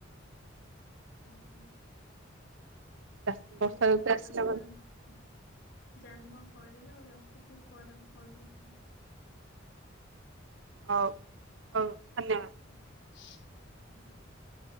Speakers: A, on the left; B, on the right.
A: ହ ହୋଁ
B: ଚାଷ
A: ହଉ
B: ବର୍ଷା
A: ହଉ
B: ଋତୁ ଆସିଲା
A: ଆପଣ
B: ମାନେ
A: ଯାଆ ଯାଆନ୍ତୁ କଣ କରିବେ ଆଉ ରଖୁଛି ପରେ ମୁଁ କଲ କରୁଛି।
B: ହଉ ହଉ ଧନ୍ୟବାଦ।
A: ହ ହୁଁ <inaudible>